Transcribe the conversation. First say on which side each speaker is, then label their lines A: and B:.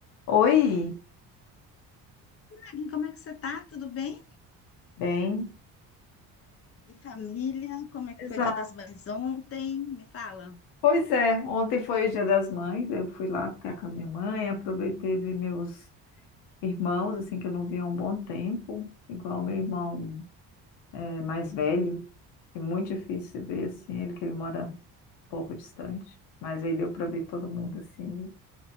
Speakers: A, on the left (about 80°); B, on the left (about 35°).
A: Oi,
B: Agnes, Como é que você tá? Tudo bem?
A: bem,
B: E família? Como é que
A: exato.
B: foi o Dia das Mães ontem? Me fala.
A: Pois é, ontem foi o Dia das Mães, eu fui lá ficar com a minha mãe, aproveitei ver meus irmãos, assim, que eu não via há um bom tempo, igual meu irmão é, mais velho, que é muito difícil ver, assim, ele que ele mora um pouco distante, mas aí deu para ver todo mundo, assim,